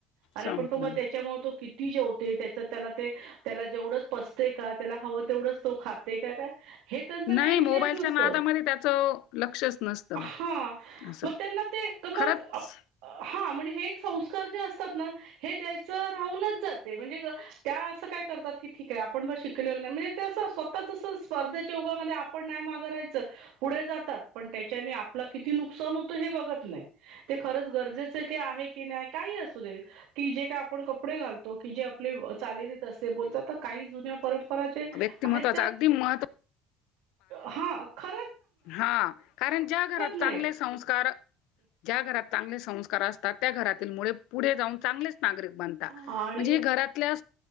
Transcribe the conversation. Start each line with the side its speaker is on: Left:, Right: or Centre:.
Right: अरे
Left: संपलं
Right: पण तो मग त्याच्यामुळे तो किती जेवते त्याच्या त्याला ते त्याला जेवढंच पसते का त्याला हवं तेवढंच तो खाते का काय हे त्यांचा
Left: नाही
Right: काही विषयच
Left: मोबाईलच्या
Right: नसतो.
Left: नादामध्ये त्याचं लक्षच नसतं
Right: हा
Left: असं
Right: मग त्यांना ते मग
Left: खरंच
Right: हा हे संस्कार जे असतात ना हे द्यायच राहूनच जाते म्हणजे त्या असं काय करतात की ठीक आहे आपण ब शिकले नाही म्हणजे त्यां स्वतःच असं स्पर्धेच्या युगामध्ये आपण नाही मग राहायचं पुढे जातात पण त्याच्याने आपल किती नुकसान होत हे बघत नाही ते खरं गरजेचे की आहे की नाही काहीही असुदे की जे काय आपण कपडे घालतो की जे आपले चालली असते बोलतात तर काही जुन्या परंपरा जे
Left: व्यक्तिमत्वाचा
Right: आहेत त्या
Left: अगदी महत्वाचा
Right: हा खर
Left: हा कारण ज्या घरात
Right: नाहीत
Left: चांगले संस्कार ज्या घरात चांगले संस्कार असतात त्या घरातील मु पुढे जाऊन चांगलेच ब
Right: आणि
Left: म्हण घरातल्या